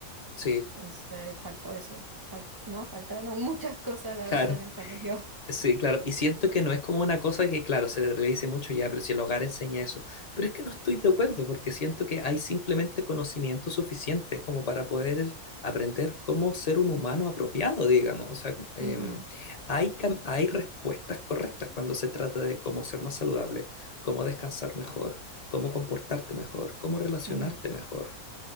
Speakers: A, on the left (about 35°); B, on the right (about 25°).
A: sí,
B: Entonces, eh, faltó eso. Fal- no, faltaron <laughs> muchas cosas, la
A: claro.
B: verdad, en el colegio.
A: Sí, claro, y siento que no es como una cosa que, claro, se le dice mucho ya, pero si el hogar enseña eso, pero es que no estoy de acuerdo porque siento que hay simplemente conocimiento suficiente como para poder aprender cómo ser un humano apropiado, digamos, o sea, em,
B: Ujú,
A: hay, cam- hay respuestas correctas cuando se trata de cómo ser más saludable, cómo descansar mejor, cómo comportarte mejor, cómo relacionarte
B: ujú.
A: mejor.